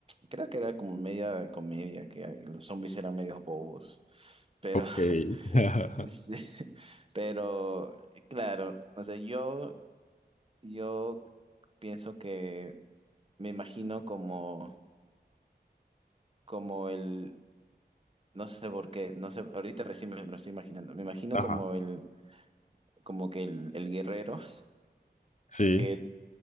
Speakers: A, on the right; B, on the left.
A: creo que era como media comedia, que los zombies eran medios bobos, pero,
B: Ok.
A: <laughs>
B: <laughs>
A: sí, pero claro, o sea, yo, yo pienso que me imagino como, como el... No sé por qué, no sé, ahorita recién me lo estoy imaginando. Me imagino
B: Ajá.
A: como el, como que el, el guerrero
B: Sí.
A: que,